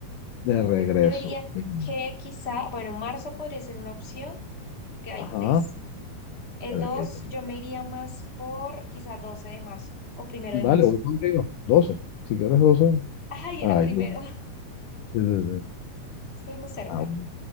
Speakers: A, on the left (about 75°); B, on the left (about 20°).
A: De regreso.
B: Debería
A: Vinci.
B: que quizá, bueno, marzo podría ser una opción, que hay
A: Ajá.
B: tres. Eh,
A: Pero
B: dos,
A: es que-
B: yo me iría más por quizá 12 de marzo o primero
A: Dale,
B: de marzo.
A: voy contigo. 12, Si quieres doce.
B: Ay,
A: Ay,
B: era primero,
A: yo- sí, sí, sí.
B: <laughs> estuvimos cerca.
A: Ah, bueno.